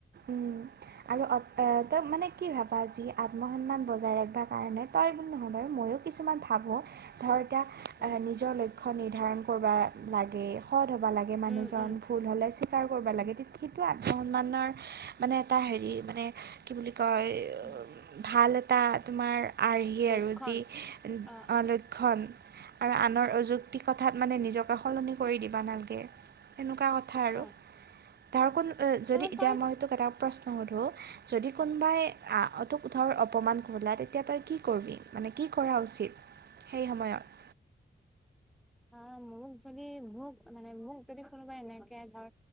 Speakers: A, on the right; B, in the centre.
A: উম আৰু ত তই মানে কি ভাবা যি আত্মসন্মান বজাই ৰাখিবা কাৰণে তই বুলি নহয় বাৰু মইয়ো কিছুমান ভাবো ধৰ এতিয়া
B: উম
A: নিজৰ লক্ষ্য নিৰ্ধাৰণ কৰিব লাগে সৎ হব লাগে মানুহজন
B: উম উম
A: ভুল হ'লে স্বীকাৰ কৰিব
B: উম
A: লাগে সেইটো আত্মসন্মানৰ মানে এটা হেৰি মানে কি বুলি কয়
B: <inaudible>
A: ভাল এটা তোমাৰ আৰ্হি
B: লক্ষণ
A: আৰু যি
B: অ অ
A: আ ল ক্ষণ আৰু আনৰ অযুক্তি কথাত মানে নিজকে সলনি কৰি দিবা নালাগে। তেনেকুৱা কথা আৰু
B: অ
A: তাৰ কোন যদি
B: কাৰণ
A: এতিয়া
B: তই
A: মই তোক এটা প্ৰশ্ন সোধো যদি কোনোবাই তোক ধৰ অপমান কৰিলে তেতিয়া তই কি কৰিবি? মানে কি কৰা উচিত সেই সময়ত?
B: অ মোক যদি মোক মানে মোক যদি কোনোবাই এনেকে ধৰ